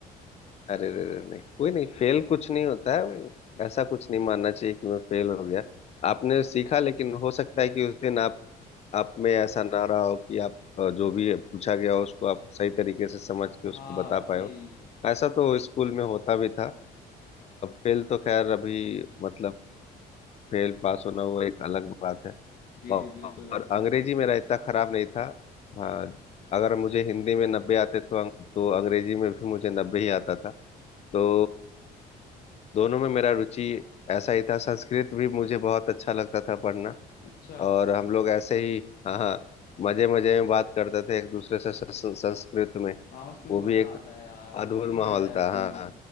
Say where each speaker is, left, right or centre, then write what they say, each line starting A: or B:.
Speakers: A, on the left (about 40°); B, on the left (about 60°).
A: अरे रे रे नहीं कोई नहीं फेल कुछ नहीं होता है वो ऐसा कुछ नहीं मानना चाहिए कि मैं फेल हो गया आपने सीखा लेकिन हो सकता है कि उस दिन आप आप में ऐसा ना रहा हो कि आप अ, जो भी पूछा गया हो उसको आप सही तरीके से समझ
B: हाँ
A: के उसको
B: हाँ,
A: बता पाए
B: यही
A: हो ऐसा तो स्कूल में होता भी था फेल तो खैर अभी मतलब फेल पास होना वो एक अलग बात है
B: जी
A: और,
B: जी बिल्कुल बिल्कुल
A: और अंग्रेजी मेरा इतना खराब नहीं था हाँ अगर मुझे हिंदी में नब्बे आते तो अंग- तो अंग्रेजी में भी मुझे नब्बे ही आता था तो दोनों में मेरा रुचि ऐसा ही था संस्कृत भी मुझे बहुत अच्छा लगता था पढ़ना
B: अच्छा
A: और हम लोग ऐसे ही हाँ हाँ मजे मजे में बात करते थे एक दूसरे से सं- सं- संस्कृत में
B: हाँ उसमें
A: वो
B: भी
A: भी
B: मजा
A: एक
B: आता है यार अलग
A: अद्भुत
B: ही मजा
A: माहौल
B: है
A: था
B: उसमें
A: हाँ
B: भी